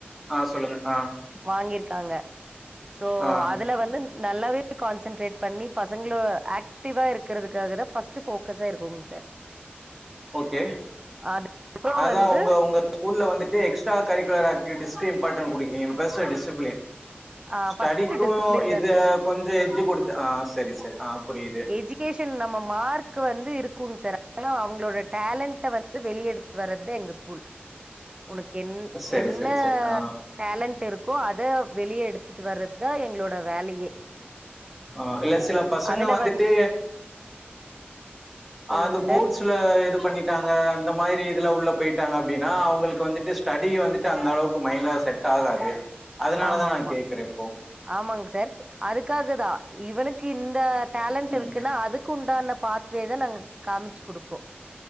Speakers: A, in the centre; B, on the right.
A: ஆ சொல்லுங்க ஆ
B: வாங்கிருக்காங்க சோ
A: ஆ
B: அதுல வந்து நல்லாவே கான்சென்ட்ரேட் பண்ணி பசங்களோ ஆக்டிவா இருக்கறதுக்காக தா ஃபஸ்ட்டு ஃபோக்கஸா இருக்குங்க சார்
A: ஓகே
B: அதுக்கப்புறம்
A: அதா
B: வந்து
A: உங்க உங்க ஸ்கூல்ல வந்துட்டு எக்ஸ்ட்ரா கரிக்குலர் ஆக்டிவிட்டிஸ்கு இம்பார்டண்ட் குடுக்கறீங்க பிளஸ்ஸ டிசிப்ளின்
B: ஆ
A: ஸ்டடிக்கு
B: ஃபர்ஸ்ட்டு டிசிப்ளின்
A: இது
B: தான் சார்.
A: கொஞ்சோ எட்ஜு குடுத்து ஆ செரி செரி ஆ புரியுது
B: எஜுகேஷன் நம்ம மார்க் வந்து இருக்கும் சார் ஆனா அவுங்களோட டேலண்ட வந் து வெளிய எடுத்துட்டு வர்றதுதா எங்க ஸ்கூல் உனக்கு என்
A: சரி
B: என்ன
A: சரி சரி ஆ
B: டேலண்ட் இருக்கோ அத வெளிய எடுத்துட்டு வர்றதா எங்களோட வேலயே
A: ஆ இல்ல சில பசங்க
B: அதுல
A: வந்துட்டு
B: வந் சொல்லுங்க
A: அ அந்த போட்ஸ்
B: சார்
A: இதுல இது பண்ணிட்டாங்க அந்த மாரி இதுல உள்ள போயிட்டாங்க அப்டின்னா அவுங்களுக்கு வந்துட்டு ஸ்டடி வந்துட்டு அந்த அளவுக்கு மைண்டல செட் ஆகாது அதனால
B: ஆமா
A: தா நா
B: ஆமா
A: கேட்கற இப்போ
B: ஆமாங்க சர் அதுக்காக தா இவனுக்கு இந்த டேலன்ட்
A: ம்
B: இருக்குன்னா அதுக் குண்டான பாத்வேவ நாங்க காமிச்சு குடுப்போ